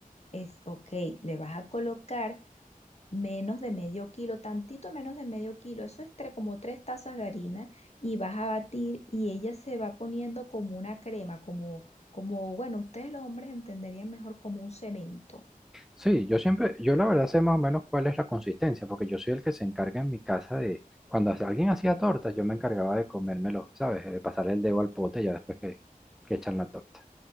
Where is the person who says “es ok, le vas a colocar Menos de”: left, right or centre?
Left